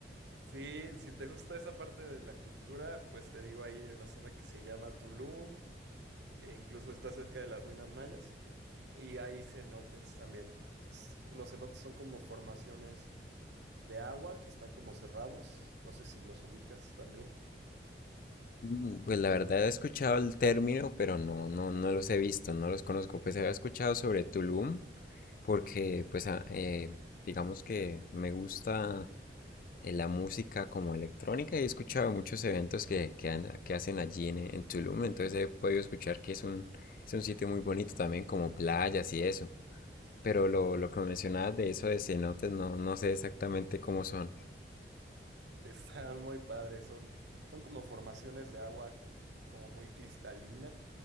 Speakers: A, on the right; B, on the left.
A: Sí, si te gusta esa parte de la cultura, pues te digo, ahí hay una zona que se llama Tulum, e incluso está cerca de las ruinas mayas, y hay cenotes también. S- Los cenotes son como formaciones de agua que están como cerrados, no sé si los ubicas también.
B: Mm, Pues la verdad he escuchado el término, pero no, no, no los he visto, no los conozco. Pues había escuchado sobre Tulum, porque pues a- eh, digamos que me gusta eh, la música como electrónica y he escuchado muchos eventos que, que, han- que hacen allí en, en Tulum, entonces he podido escuchar que es un, es un sitio muy bonito también, como playas y eso. Pero
A: Sí,
B: lo, lo que mencionabas de eso de cenotes, no, no sé exactamente cómo son.
A: están muy padres, son, son como formaciones de agua como muy cristalina,